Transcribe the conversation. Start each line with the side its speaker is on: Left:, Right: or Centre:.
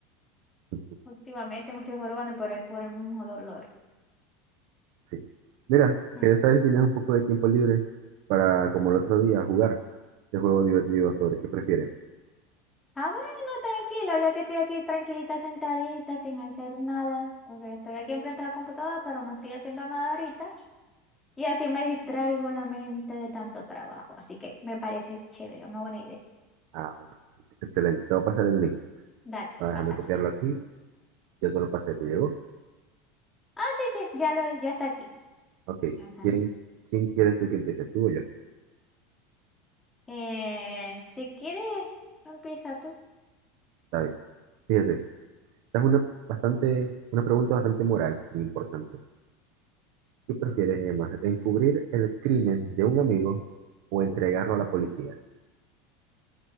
Right: <laughs>
Left: últimamente me estoy jorobando, pero es por el mismo dolor.
Right: Sí. Mira,
Left: Mm.
Right: que sabes, tenías un poco de tiempo libre para, como el otro día, jugar este juego divertido sobre qué prefieres.
Left: Ah, bueno, tranquila, ya que estoy aquí tranquilita sentadita, sin hacer nada, porque estoy aquí enfrente de la computadora, pero no estoy haciendo nada ahorita. Y así me distraigo la mente de tanto trabajo. Así que me parece chévere, una buena idea.
Right: Ah, bueno. Excelente, te voy a pasar el link.
Left: Dale,
Right: Ah, déjame
Left: pásame.
Right: copiarlo aquí. Ya te lo pasé, ¿te llegó?
Left: Ah, sí, sí, ya lo, ya está aquí.
Right: Ok.
Left: Ajá.
Right: ¿Quién, quién quieres tú que empiece? ¿Tú o yo?
Left: Eh, si quieres, empieza tú.
Right: Está bien. Fíjate, esta es una, bastante, una pregunta bastante moral e importante. ¿Qué prefieres, Emma? ¿Encubrir el crimen de un amigo o entregarlo a la policía?